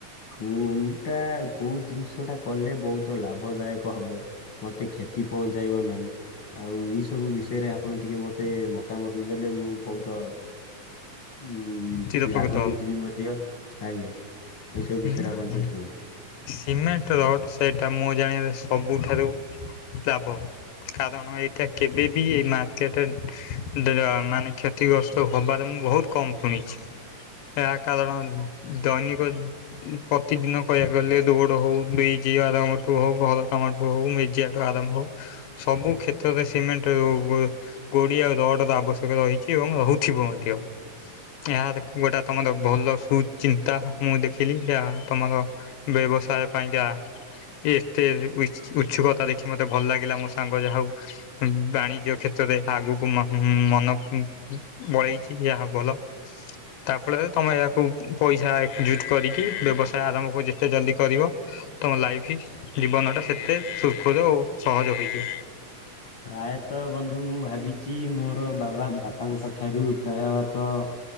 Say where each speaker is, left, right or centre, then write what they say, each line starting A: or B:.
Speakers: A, on the left (about 55°); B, on the left (about 80°).
A: କୋଉଟା କୋଉ ଜିନିଷ ଟା କଲେ ବୋହୁତ ଲାଭ ଦାୟକ ହବ ମତେ କ୍ଷ ତି ପହଞ୍ଚାଇବା ନାଇଁ। ଆଉ ଏଇ ସବୁ ବିଷୟରେ ଆପଣ ଟିକେ ମତେ ମତାମତ ଦେଲେ ମୁଁ ବୋହୁତ ଉଁ
B: ଚିରପକୃତ
A: ଆଗକୁ ଯିବି ମଧ୍ୟ ଆଜ୍ଞା। ଏସବୁ
B: ହୁଁ
A: ବିଷୟରେ ଆପଣ
B: ହୁଁ।
A: ଟିକେ କୁହନ୍ତୁ।
B: ସିମେଣ୍ଟ ରଡ ସେଇଟା ମୁଁ ଜାଣିବାରେ ସବୁଠାରୁ ଲାଭ। କାରଣ ଏଇଟା କେବେ ବି ଏଇ ମାର୍କେଟ <unintelligible> ମାନେ କ୍ଷ ତିଗ୍ରସ୍ତ ହବାରେ ମୁଁ ବୋହୁତ କମ ଶୁଣିଛି ଏହା କାରଣ ଦୈନି <unintelligible> ପ୍ରତିଦିନ କହିବାକୁ ଗଲେ ରୋଡ ହୋଉ ବ୍ରିଚି ଆରାମଠୁ ହୋଉ ଘର କାମଠୁ ହୋଉ ମେଜଆ ଠୁ ଆରମ୍ଭ ହୋଉ ସବୁ କ୍ଷେତ୍ରରେ ସିମେଣ୍ଟେ <unintelligible> <unintelligible> ଆଉ ରଡର ଆବଶ୍ୟକ ରହିଛି ଏବଂ ରୋହୁଥୁବ ମଧ୍ୟ। ଏହା <unintelligible> ତମର ଭଲ ସୁ ଚିନ୍ତା। ମୁଁ ଦେଖିଲି ଏହା ତମର ବ୍ୟବସାୟ ପାଇଁକା ଏତେ <unintelligible> ଉଛୁକତା ଦେଖି ମତେ ଭଲ ଲାଗିଲା ମୋ ସାଙ୍ଗ ଯାହା ହୋଉ ବାଣିଜ୍ୟ କ୍ଷେତ୍ରରେ ଆଗୁକୁ ମ ମନ ବଳେଇଛି ଏହା ଭଲ ତା ଫଳରେ ତମେ ଏହାକୁ ପଇସା ଜୁଟ୍ କରିକି ବ୍ୟବସାୟ ଆରମ୍ଭକୁ ଯେତେ ଜଲ୍ଦି କରିବ ତମ ଲାଇଫି ଜୀବନ ଟା ସେତେ ସୁରଖୁରୁ ସହଜ ହୋଇଯିବ।
A: ପ୍ରାୟତ ବନ୍ଧୁ ମୁଁ ଭାବିଛି ମୋରୋ ବାବା ବାପାଙ୍କ ଠାରୁ ପ୍ରାୟତଃ